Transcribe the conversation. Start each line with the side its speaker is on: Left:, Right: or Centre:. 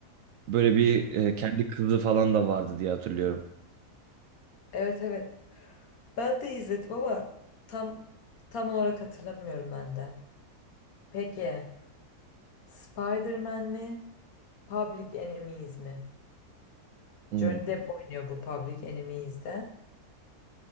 Right: böyle bir e, kendi kızı falan da vardı diye hatırlıyorum.
Left: Evet evet. Ben de izledim ama tam tam olarak hatırlamıyorum ben de. Peki Spider-Man mi? Public Enemies mi?
Right: Hmm,
Left: Johnny Depp oynuyor bu Public Enemies'de.